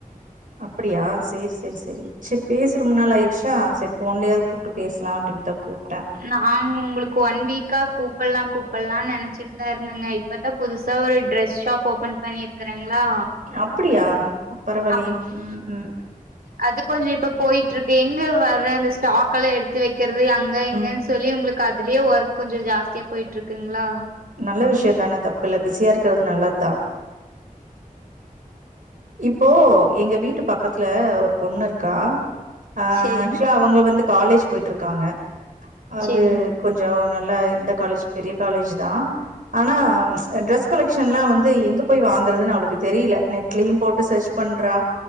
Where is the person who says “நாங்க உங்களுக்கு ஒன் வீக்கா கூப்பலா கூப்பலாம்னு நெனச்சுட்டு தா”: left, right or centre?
Right